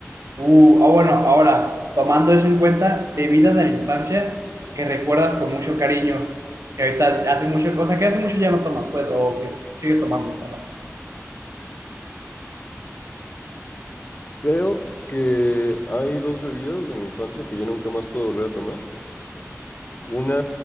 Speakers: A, on the right; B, on the left.
A: Uh, ah, bueno, ahora, tomando eso en cuenta, bebida de la infancia que recuerdas con mucho cariño, que ahorita hace mucho, o sea, que hace mucho ya no tomas, pues, o que sigues tomando. ¿verdad?
B: Creo que hay dos bebidas de mi infancia que ya nunca más puedo volver a tomar. Una